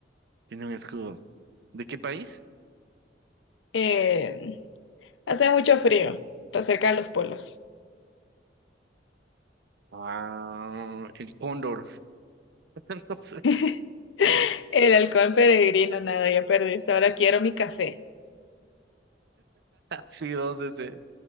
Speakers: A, on the right; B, on the left.
A: tiene un escudo. ¿De qué país?
B: Eh, hace mucho frío. Está cerca de los polos.
A: Ah, el Cóndor. <laughs> No sé.
B: <laughs> El halcón peregrino, nada, ya perdiste. Ahora quiero mi café.
A: Sí, dos ese,